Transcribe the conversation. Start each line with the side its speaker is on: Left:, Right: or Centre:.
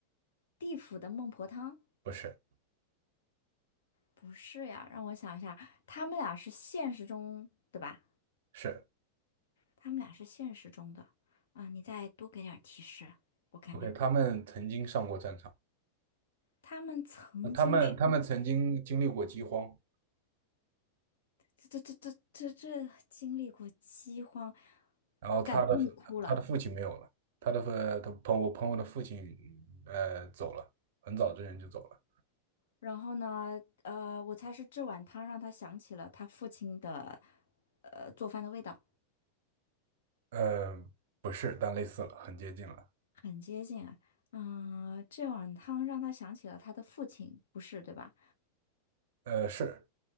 Left: 地府的孟婆汤？
Right: 不是，
Left: 不是呀，让我想一下，他们俩是现实中，对吧？
Right: 是
Left: 他们俩是现实中的啊，你再多给点儿提示，我看看，
Right: OK，他们曾经上过战场。
Left: 他们曾经是
Right: 呃他们他们曾经经历过饥荒，
Left: 这这这这这这经历过饥荒，
Right: 然后他的嗯他的父亲没有了，
Left: 感动的哭了。
Right: 他的父他朋我朋友的父亲呃走了，很早之前就走了。
Left: 然后呢，呃，我猜是这碗汤让他想起了他父亲的，呃，做饭的味道。
Right: 呃，不是，但类似了，很接近了。
Left: 很接近啊。嗯，这碗汤让他想起了他的父亲，不是，对吧？
Right: 呃，是